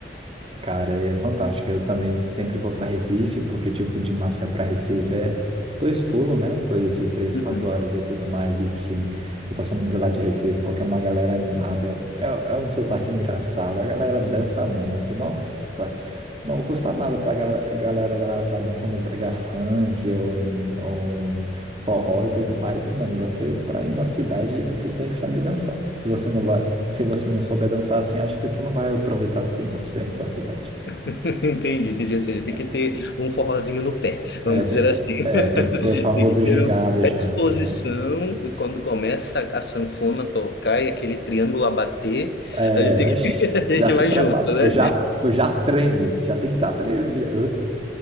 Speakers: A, on the right; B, on the left.
A: Cara, é fantástico. Eu também sempre vou para Recife, porque, tipo, de Maceió para Recife é dois pulos, né? Coisa de três,
B: Uhum.
A: quatro horas e tudo mais. E sim, eu gosto muito lá de Recife, porque é uma galera animada. É, é um sotaque engraçado. A galera dança muito. Nossa, não custa nada pra gal- galera lá tá dançando brega funk ou um, ou um forró e tudo mais. E, mano, você, pra ir na cidade, você tem que saber dançar. Se você não vai. Se você não souber dançar assim, acho que tu não vai aproveitar 100% da cidade.
B: <laughs> Entendi, entendi. Ou seja, tem
A: É,
B: que ter um forrozinho no pé,
A: é,
B: vamos
A: tem
B: dizer
A: que,
B: assim. <laughs>
A: é, tem que ter o famoso
B: Tem que ter
A: gingado
B: uma
A: já,
B: exposição,
A: tá ligado?
B: e quando começa a, a sanfona a tocar e aquele triângulo a bater,
A: É,
B: a gente, tem
A: oxi,
B: que- <laughs> a gente
A: já se
B: vai
A: prepara,
B: junto,
A: tu
B: né?
A: já, tu já treme, tu já tem que estar tremendo.